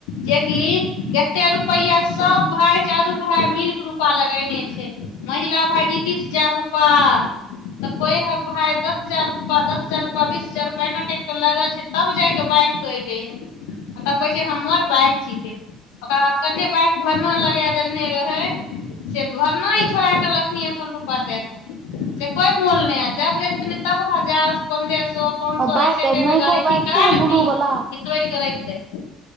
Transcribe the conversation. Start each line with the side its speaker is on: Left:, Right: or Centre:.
Left: जेकि एते रुपआ सब भाय चारू भाय मिल के रूपा लगेने छै मझिला भायजी तीस हजार रु रुपा तऽ कहै हइ भााय दस हजार रूपा दस हजार रूपआ बीस हजार रूपा एना कए कऽ लागल छै तब जााकऽ बाइकके एलै हँ आ तब कहै छै हमर बाइक छिकै ओकर बाद कन्ने बाइक भरना लगा देेलने रहै से भरना ही छोड़ कऽ रखनी अपन रूपा दए कऽ से कोइ मोल नहि ह जब जाइ छथिन तब हजार पन्दे सौ पाँच सए
Right: बाइक
Left: ऐसे कर
Right: नयको
Left: के गाड़ी
Right: बाइक
Left: ठीक करा
Right: छौ ने
Left: लेथिन
Right: ब्लू वाला
Left: र <inaudible>